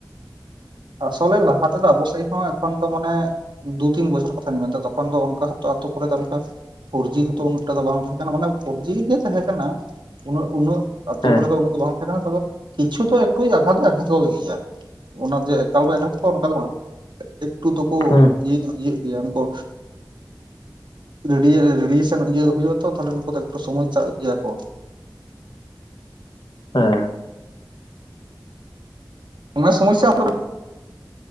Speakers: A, on the right; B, on the left.
A: ᱟᱥᱚᱞᱮ ᱞᱟᱦᱟᱛᱮ ᱫᱚ ᱟᱵᱚ ᱥᱮᱜ ᱦᱚᱸ ᱮᱠᱷᱚᱱ ᱛᱚ ᱢᱟᱱᱮ ᱫᱩ ᱛᱤᱱ ᱵᱚᱪᱷᱚᱨ ᱠᱚ ᱛᱟᱦᱮᱸᱱ ᱠᱟᱱ ᱛᱚ ᱛᱚᱠᱷᱚᱱ ᱫᱚ ᱚᱱᱠᱟ ᱦᱚᱸ ᱛᱚ ᱟᱛᱳ ᱠᱚᱨᱮ ᱫᱚ ᱚᱱᱠᱟ ᱯᱷᱳᱨᱡᱤ ᱦᱚᱸ ᱛᱚ ᱩᱱᱟᱹᱜ ᱴᱟ ᱫᱚ ᱵᱟᱝ ᱛᱟᱦᱮᱸ ᱠᱟᱱᱟ, ᱢᱟᱱᱮ ᱯᱷᱳᱨᱡᱤ ᱜᱮ ᱛᱟᱦᱮᱸ ᱠᱟᱱᱟ ᱩᱱᱟᱹᱜ ᱩᱱᱟᱹᱜ ᱟᱛᱳ
B: ᱦᱮᱸ
A: ᱠᱚᱨᱮ ᱫᱚ ᱩᱱᱟᱹᱜ ᱫᱚ ᱵᱟᱝ ᱛᱟᱦᱮᱸ ᱠᱟᱱᱟ ᱛᱚᱵᱮ ᱠᱤᱪᱷᱩ ᱫᱚ ᱮᱠᱴᱩ ᱟᱜᱷᱟᱛ ᱫᱚᱭ ᱟᱜᱷᱟᱛ ᱠᱚ ᱜᱮᱭᱟ ᱚᱱᱟ ᱡᱮ ᱮᱠᱟᱞᱵᱟᱭ ᱟᱜᱷᱟᱛ ᱠᱚᱣᱟ ᱚᱱᱠᱟ ᱫᱚ ᱵᱟᱝ, ᱮᱠᱴᱩ ᱫᱚᱠᱚ
B: ᱦᱮᱸ
A: ᱤᱭᱟᱹ ᱧᱚ ᱤᱭᱟᱹᱜ ᱜᱮᱭᱟ ᱩᱱᱠᱩ। ᱨᱮᱰᱤᱭ ᱨᱮᱰᱤᱭᱮᱥᱚᱱ ᱤᱭᱟᱹ ᱦᱩᱭᱩᱜ-ᱟ ᱛᱚ ᱛᱟᱦᱚᱞᱮ ᱱᱩᱠᱩ ᱫᱚ ᱮᱠᱴᱩ ᱥᱚᱢᱚᱥᱥᱟ ᱜᱮᱭᱟ ᱠᱚ।
B: ᱦᱮᱸ
A: ᱱᱚᱣᱟ ᱥᱚᱢᱚᱥᱥᱟ ᱦᱚᱞᱳ